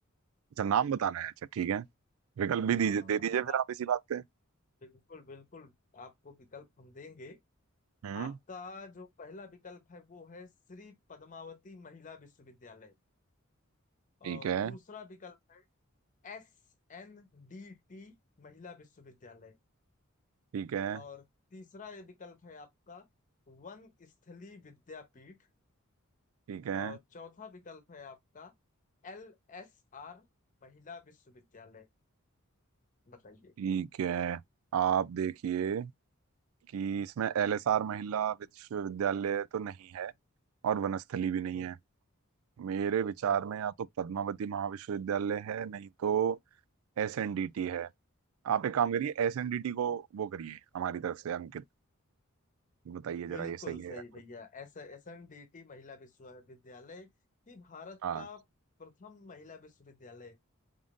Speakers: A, on the right (about 70°); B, on the left (about 35°).
A: अच्छा नाम बताना है अच्छा ठीक है विकल्प भी
B: हाँ,
A: दीजिए दे दीजिए
B: अब
A: फिर आप इसी बात पे
B: बिल्कुल बिल्कुल आपको विकल्प हम देंगे
A: हम्म
B: आपका जो पहला विकल्प है वो है श्री पद्मावती महिला विश्वविद्यालय
A: ठीक
B: और
A: है
B: दूसरा विकल्प है एस एन डी टी महिला विश्वविद्यालय
A: ठीक है
B: और तीसरा ये विकल्प है आपका वन स्थली विद्यापीठ
A: ठीक है
B: और चौथा विकल्प है आपका एल एस आर महिला विश्वविद्यालय बताइए
A: ठीक है आप देखिए कि इसमें एल एस आर महिला विश्वविद्यालय तो नहीं है और वनस्थली भी नहीं
B: हम्म,
A: है मेरे विचार
B: हाँ
A: में या तो पद्मावती महाविश्वविद्यालय है नहीं तो एस एन डी टी है आप एक काम करिए एस एन डी टी को वो करिए हमारी तरफ से अंकित बताइए जरा
B: बिल्कुल
A: ये सही है
B: सही
A: या नहीं।
B: भैया S S N D T महिला विश्वविद्यालय ही भारत
A: हाँ
B: का प्रथम महिला विश्वविद्यालय